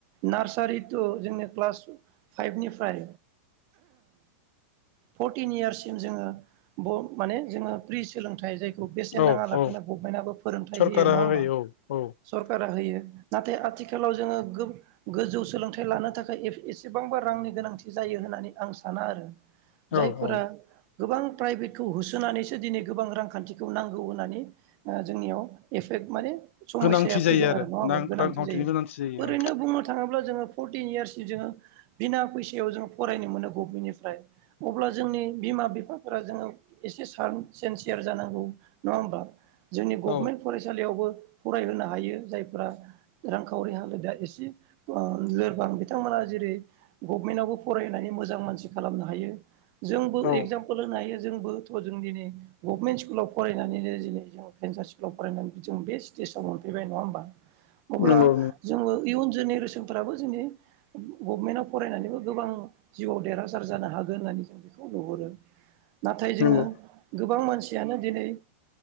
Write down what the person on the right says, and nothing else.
नार्सारि तु जोंनि क्लास फाइभनिफ्राय फरटिन इयार्ससिम जोङो माने जोङो प्रि सोलोंथाइ जाय बेसेन
नाङा लासिनो
गफमेन्टयाबो फोरोंथाइ
होयो नङा होनबा
सरकार नाथाय आथिखालाव जोङो गोजौ सोलोंथाइ लानो थाखाय एसेबांबा रांनि गोनांथि जायो। होननानै आं साना आरो जायफोरा
गोबां प्राइभेटखौ होसोनानैसो दिनै गोबां रांखान्थिखौ नांगौ होननानै जोंनियाव एफे माने समयसाया
फैदों आरो नङा होनबा
गोनांथि
जायो
ओरैनो बुंनो थाङोब्ला जोङो फरतिन इयारस नि जोङो बिना पैसायावहाय जों फरायनो मोनो गभमेननिफ्राय अब्ला जोंनि बिमा बिफाफोरा जोङो एसे सान सेन्सियार जानांगौ नङा होमबा। जोंनि गभमेन्ट
फरायसालियावबो फरायहोनो हायो जायफ्रा रांखावरि हालोदा एसे ओ लोरबां बिथांमोना जेरै गभमेन्टआवबो फरायनाय मोजां मानसि खालामनो हायो जोंबो
एक्जामपोल होनो हायो। जोंबोथ' जों दिनै गभनमेन्ट स्कुलाव फरायनानैनो दिनै जों पेनसार स्कुलाव फरायनानै जों बेस्ट स्टेजाव मोनफैबाय नङा होमबा अब्ला
जोङो इयुन जेनेरेसनफ्राबो जोंनि गभमेन्टआव फरायनानैबो गोबां जिउआव देरहासार जानो हागोन। होननानै जों बेखौ नुहुरो नाथाय जोङो
गोबां मानसियानो दिनै